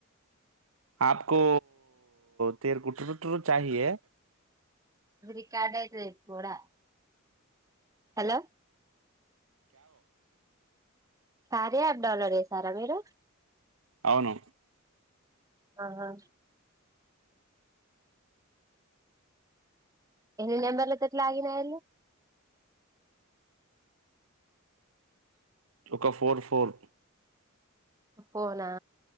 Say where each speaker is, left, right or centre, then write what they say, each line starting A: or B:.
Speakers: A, on the right; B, on the right.
A: ఆప్కో తేర్కు టుర్ టుర్ చాహియే.
B: ఇది రికార్డ అయితది. పోడా హలో కార్యా యాప్ డౌన్లోడ్ చేసార్ గవేర
A: అవును
B: ఆహా ఎన్ని నెంబర్లతోటి లాగిన్ అయ్యారు
A: ఒక ఫోర్ ఫోర్
B: పోలా